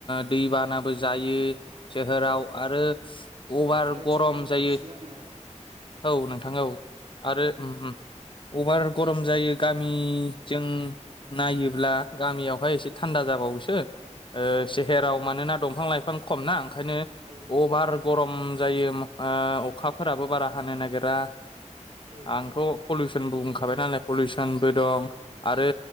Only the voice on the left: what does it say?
दैबानाबो जायो सोहोराव
आरो अभार
गरम जायो
औ नोंथां औ आरो
उम उम अभार गरम जायो गामिजों नायोब्ला गामियावहाय एसे थान्दा जाबावोसो ओ
सहेराव मानोना दंफां लाइफां खम ना ओंखायनो
अभार गरम म जायो ओ अखाफोराबो बारा हानो नागिरा
आंथ' पलिउसनबो बुंखाबाय नालाय पलिउसनबो दं आरो